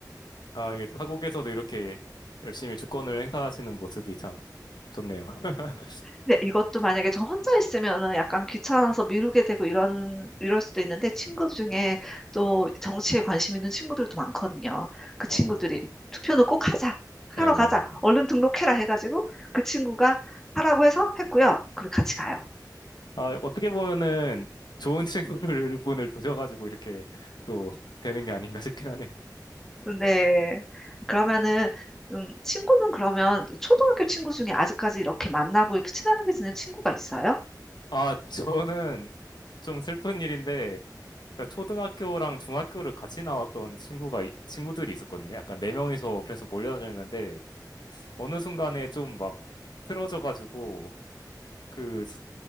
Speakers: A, on the left (about 75°); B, in the centre.
A: 아, 이게 타국에서도 이렇게 열심히 주권을 행사하시는 모습이 참 좋네요. <laughs>
B: 근데 이것도 만약에 저 혼자 있으면은 약간 귀찮아서 미루게 되고 이런, 이럴 수도 있는데 친구 중에 또 정치에 관심 있는 친구들도 많거든요. 그
A: 어,
B: 친구들이 투표는 꼭 하자. 하러
A: 예.
B: 가자. 얼른 등록해라 해가지고 그 친구가 하라고 해서 했고요. 그리고 같이 가요.
A: 아, 어떻게 보면은 좋은 <laughs> 친구를 분을 두셔가지고 이렇게 또 되는 게 아닌가 싶긴 하네요.
B: 네. 그러면은, 음, 친구는 그러면 초등학교 친구 중에 아직까지 이렇게 만나고 이렇게 친하게 지낸 친구가 있어요?
A: 아, 저는 좀 슬픈 일인데, 그러니까 초등학교랑 중학교를 같이 나왔던 친구가, 이- 친구들이 있었거든요. 약간 네 명이서 그래서 몰려다녔는데, 어느 순간에 좀 막 틀어져가지고, 그, 스-